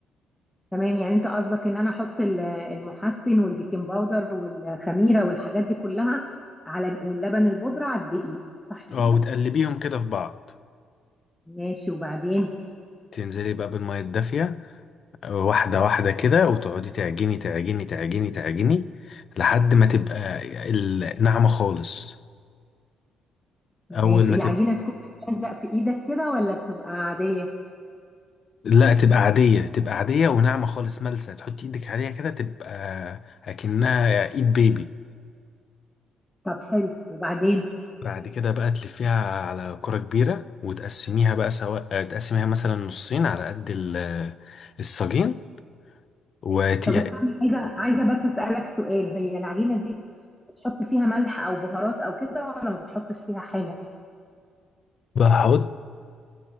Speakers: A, in the centre; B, on the left.
A: تمام يعني انت قصدك ان انا احط ال- المحسن والبيكنج باودر والخميره والحاجات دي كلها على واللبن البودره على الدقيق صح كده
B: اه وتقلبيهم كده في بعض
A: ماشي وبعدين
B: تنزلي بقى بالمية الدافية واحدة واحدة كده وتقعدي تعجني تعجني تعجني تعجني لحد ما تبقى الناعمة خالص
A: ماشي
B: أول ما
A: العجينه
B: تبقى
A: تكون بتلزق في ايدك كده ولا بتبقى عاديه
B: لا تبقى عادية تبقى عادية وناعمة خالص ملسة تحطي ايدك عليها كده تبقى أكنها ايد بيبي
A: طب حلو وبعدين
B: بعد كده بقى تلفيها على كرة كبيرة وتقسميها بقى سواء تقسميها مثلا نصين على قد ال- الساجين وت...
A: طب استني عايزه عايزه بس اسالك سؤال هي العجينه دي بتحط فيها ملح او بهارات او كده ولا ما بتحطش فيها حاجه
B: بحط